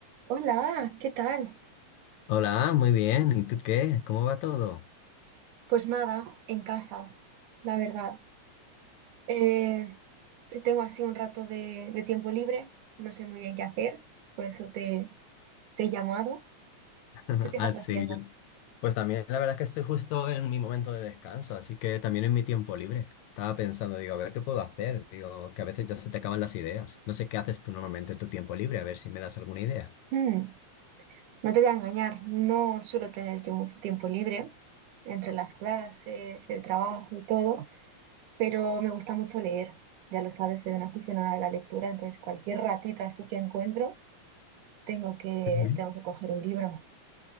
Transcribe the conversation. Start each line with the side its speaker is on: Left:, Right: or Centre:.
Right: Hola, ¿qué tal?
Left: Hola, muy bien. ¿Y tú qué? ¿Cómo va todo?
Right: Pues nada, en casa, la verdad. Eh, tengo así un rato de, de tiempo libre, no sé muy bien qué hacer, por eso te, te he llamado.
Left: <laughs>
Right: ¿Tú qué estás
Left: Así.
Right: haciendo?
Left: Pues también la verdad es que estoy justo en mi momento de descanso, así que también en mi tiempo libre. Estaba pensando, digo, a ver qué puedo hacer. Digo, que a veces ya se te acaban las ideas. No sé qué haces tú normalmente en tu tiempo libre, a ver si me das alguna idea.
Right: Mm, no te voy a engañar, no suelo tener yo mucho tiempo libre entre las clases, el trabajo y todo, pero me gusta mucho leer. Ya lo sabes, soy una aficionada de la lectura, entonces cualquier ratito así que encuentro, tengo que,
Left: Ujú.
Right: tengo que coger un libro.